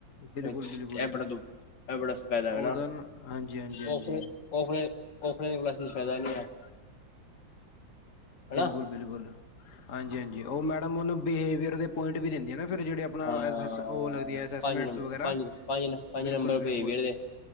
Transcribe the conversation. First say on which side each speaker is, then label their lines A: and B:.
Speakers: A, on the left; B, on the left.
A: ਬਿਲਕੁਲ
B: ਇਹ
A: ਬਿਲਕੁਲ
B: ਬੜਾ ਦੁ ਇਹ ਬੜਾ ਸਫਾਇਦਾ ਹੈਗਾ
A: ਉਹਦਾ
B: ਨਾ
A: ਹਾਂਜੀ ਹਾਂਜੀ ਹਾਂਜੀ
B: ਉਹ ਫ ਔਫਲਾਈਨ ਕਲਾਸ ਫਾਇਦਾ ਨਹੀਂ ਹੈ <inaudible> ਹਨਾ
A: ਬਿਲਕੁਲ -ਬਿਲਕੁਲ ਹਾਂਜੀ ਹਾਂਜੀ ਉਹ ਮੈਡਮ ਉਹਨੂੰ ਬਿਹੇਵੀਹਰ ਦੇ ਪੁਆਇੰਟ ਵੀ ਦਿੰਦੀਆਂ ਨਾ ਫਿਰ ਜਿਹੜੇ ਆਪਣਾ
B: ਹਾਂ
A: ਉਹ ਲੱਰਾਦੀ ਆ ਅਸਸਮੈਂਟ
B: ਪੰਜ ਨੰ
A: ਵਗੈਰਾ
B: ਪੰਜ ਪੰਜ ਪੰਜ
A: ਬਿਲਕੁਲ-
B: ਨੰਬਰ
A: ਬਿਲਕੁਲ
B: ਪੇ ਵੀਰ ਦੇ